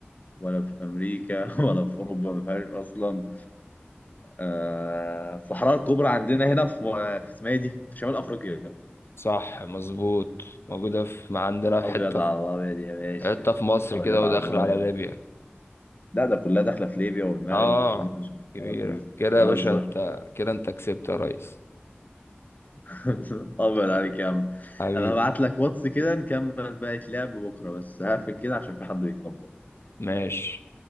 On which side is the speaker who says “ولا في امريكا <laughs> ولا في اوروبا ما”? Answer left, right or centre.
Left